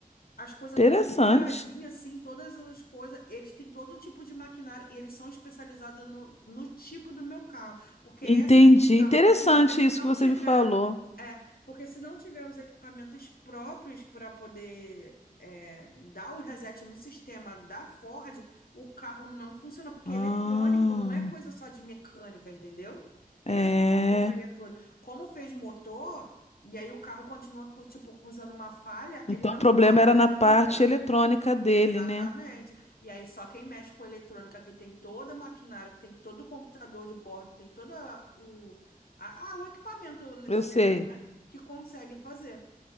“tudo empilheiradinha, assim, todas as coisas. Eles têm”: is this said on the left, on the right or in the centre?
Left